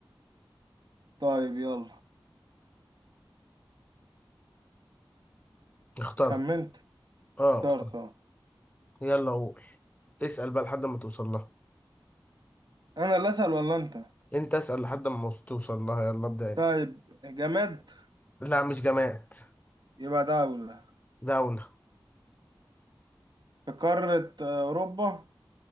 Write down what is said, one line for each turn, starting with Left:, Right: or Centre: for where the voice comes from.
Right: طيب يلا
Left: اخترت
Right: خمنت
Left: اه
Right: اخترت
Left: اخترت
Right: اه.
Left: يلا قول اسأل بقى لحد ما توصل لها
Right: انا اللي اسأل ولا انت
Left: انت اسأل لحد ما توصل لها يلا ابدأ انت
Right: طيب جماد
Left: لا مش جماد
Right: يبقى دولة
Left: دولة
Right: في قارة آه، اوروبا